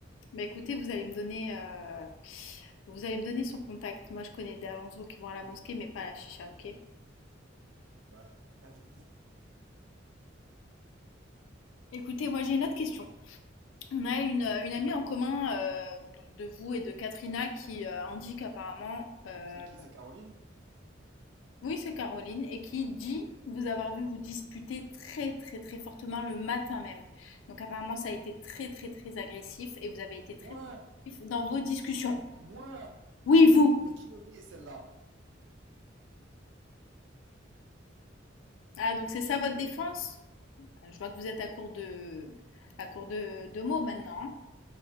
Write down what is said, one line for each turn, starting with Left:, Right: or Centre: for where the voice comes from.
Left: Bah écoutez, vous allez me donner, euh, vous allez me donner son contact. Moi, je connais des Alonso qui vont à la mosquée, mais pas à la chicha, ok?
Right: Bah, <laughs> allez-y.
Left: Écoutez, moi j'ai une autre question. On a une, une amie en commun euh, donc de vous et de Katrina qui euh, indique apparemment, euh,
Right: C'est qui, c'est Caroline?
Left: oui c'est Caroline, et qui dit vous avoir vu vous disputer très très très fortement le matin même. Donc apparemment ça a été très très très agressif et vous avez été
Right: Moi!
Left: très agressif dans vos discussions.
Right: Moi!
Left: Oui, vous.
Right: Mais qui elle est, celle-là?
Left: Ah donc c'est ça votre défense? Ah, Je vois que vous êtes à court de, à court de, de mots maintenant. hein.